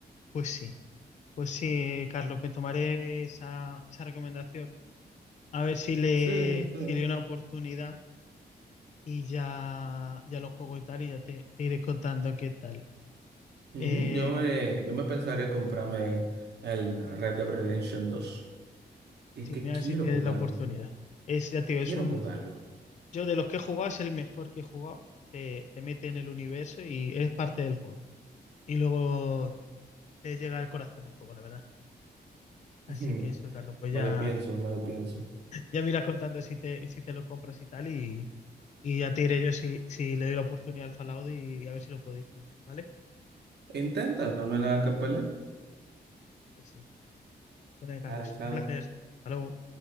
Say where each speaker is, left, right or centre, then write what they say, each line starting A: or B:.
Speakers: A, on the left (about 45°); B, on the right (about 75°).
A: pues sí. Pues sí, Carlos, me tomaré esa, esa recomendación. A ver si le,
B: Sí, sí.
A: si le doy una oportunidad y ya, ya lo juego y tal, y ya te, te iré contando qué tal.
B: Ujú,
A: Eh,
B: Yo me, yo me pensaré comprarme el Red Dead Redemption dos. Es
A: sí,
B: que
A: mira
B: quiero
A: a ver si tienes
B: jugarlo.
A: la oportunidad. Es, ya te digo,
B: Quiero
A: es un.
B: jugarlo.
A: Yo de los que he jugado es el mejor que he jugado. Te, te mete en el universo y eres parte del juego. Y luego te llega al corazón el juego, la verdad.
B: <laughs>
A: Así
B: Ujú.
A: que eso, Carlos, pues
B: Me
A: ya,
B: lo pienso, me lo pienso.
A: ya me irás contando si te, si te lo compras y tal, Y ya te diré yo si, si le doy la oportunidad al Fallout y a ver si lo puedo disfrutar, ¿vale?
B: Intenta, no hay nada que perder.
A: Pues sí. Bueno, Carlos,
B: Dale, chao.
A: un placer. Hasta luego.